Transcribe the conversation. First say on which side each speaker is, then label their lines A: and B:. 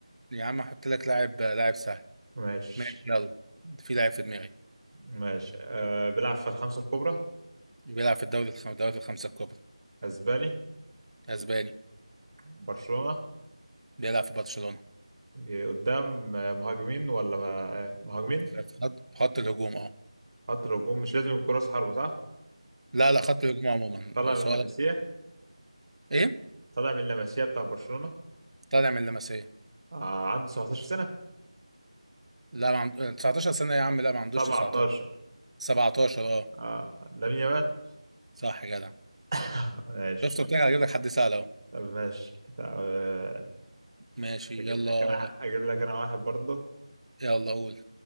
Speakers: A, on the right; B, on the right.
A: يا عم احط لك لاعب لاعب سهل
B: ماشي
A: ماشي يلا في لاعب في دماغي
B: ماشي أه بيلعب في الخمسة الكبرى
A: بيلعب في الدوري الخم... الدوريات الخمسة الكبرى
B: اسباني
A: اسباني
B: برشلونة
A: بيلعب في برشلونة
B: إيه، قدام آه، مهاجمين ولا ما- آه، مهاجمين
A: في في خط في خط الهجوم اه
B: خط الهجوم مش لازم يكون راس حربة صح
A: لا لا خط الهجوم عموما
B: طالع
A: سواء
B: من لاماسيا
A: ايه
B: طالع من لاماسيا بتاع برشلونة
A: طالع من اللمسية
B: آه عنده 17 سنة
A: لا ما عند... 19 سنة يا عم لا ما عندوش
B: 17
A: 19 17 اه
B: آه لامين يامال
A: صح يا جدع
B: <laughs> ماشي
A: شفت قلت لك هجيب لك حد سهل اهو
B: طب ماشي طب آه،
A: ماشي
B: اجيب
A: يلا
B: لك انا اجيب لك انا واحد برضه
A: يلا قول